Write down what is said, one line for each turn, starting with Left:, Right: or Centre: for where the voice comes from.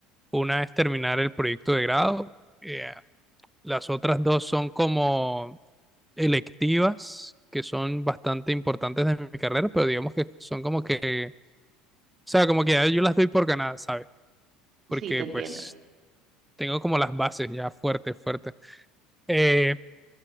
Centre: una es terminar el proyecto de grado. eh, las otras dos son como electivas que son bastante importantes de mi carrera, pero digamos que son como que, o sea, como que ya yo las doy por ganadas, ¿sabes? Porque
Right: Sí, te entiendo.
Centre: pues tengo como las bases ya fuertes, fuertes. Eh,